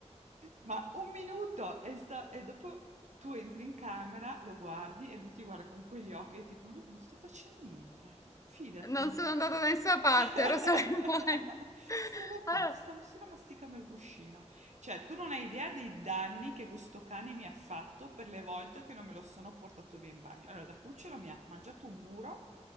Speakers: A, on the right; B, on the left.
A: Ma un minuto e, sta- e dopo tu entri in camera, lo guardi e lui ti guarda con quegli occhi e tipo no, non sto facendo niente, fidati.
B: Non sono andata da nessuna parte,
A: <laughs>
B: ero solo in bagno. <laughs>
A: Stavo qua,
B: Allora,
A: ti stavo solo masticando il cuscino. Cioè, tu non hai idea dei danni che questo cane mi ha fatto per le volte che non me lo sono portato via in bagno. Allora, da cucciolo mi ha mangiato un muro